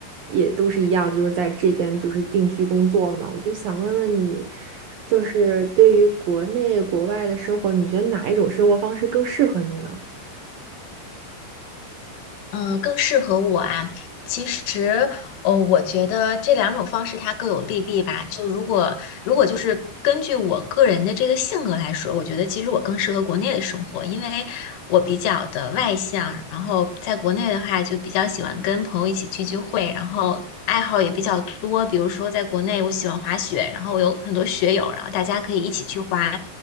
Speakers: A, on the right; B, on the left.
A: 也都是一样，就是在这边就是定居工作了嘛，我就想问问你，就是对于国内国外的生活，你觉得哪一种生活方式更适合你呢？
B: 嗯，呃更适合我啊。其实，哦，我觉得这两种方式它各有利弊吧。就如果如果就是根据我个人的这个性格来说，我觉得其实我更适合国内的生活，因为我比较的外向，然后在国内的话就比较喜欢跟朋友一起聚聚会，然后爱好也比较多。比如说在国内，我喜欢滑雪，然后我有很多雪友，然后大家可以一起去滑。